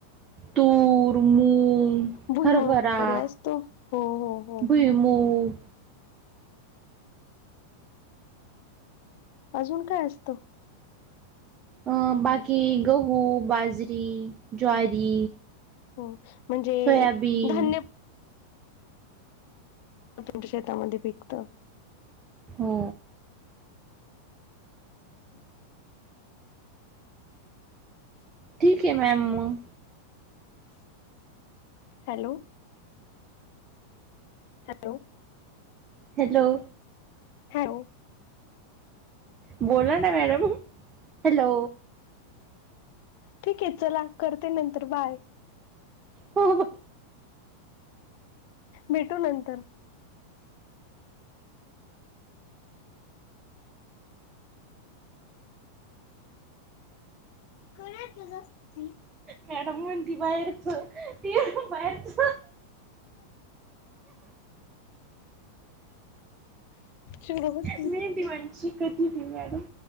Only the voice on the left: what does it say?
भुईमूग
वगैरे असतो हो हो हो
अजून काय असतं.
हो म्हणजे
धान्य. त्याच्या शेतामध्ये पिकतं.
हॅलो हॅलो.
हाय ओ.
ठीक आहे चला करते नंतर बाय
भेटो नंतर कर <unintelligible>
शुभ